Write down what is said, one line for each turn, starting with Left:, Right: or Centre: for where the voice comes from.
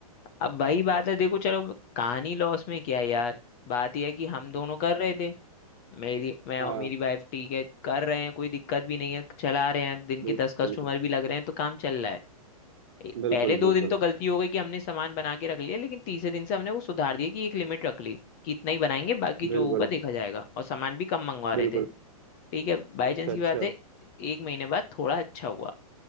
Left: अब वही बात है देखो चलो कहानी लॉस में क्या है यार बात यह है कि हम दोनों कर रहे थे मेरी मैं
Right: हाँ
Left: और मेरी वाइफ ठीक है कर रहे हैं कोई दिक्कत भी नहीं है चला रहे हैं दिन
Right: बिल,
Left: के दस कस्टमर
Right: बिल्कुल
Left: भी लग रहे हैं तो काम चल रहा है ए-
Right: बिल्कुल
Left: पहले दो
Right: बिल्कुल
Left: दिन तो गलती हो गई कि हमने सामान बना के रख लिया लेकिन तीसरे दिन से हमने वो सुधार दिया कि एक लिमिट रख ली कि इतना ही बनाएंगे बाकी जो
Right: बिल्कुल
Left: होगा देखा जाएगा और सामान भी कम मंगवा रहे
Right: बिल्कुल
Left: थे ठीक है बाई
Right: अच्छा
Left: चांस की
Right: अच्छा
Left: बात है एक महीने बाद थोड़ा अच्छा हुआ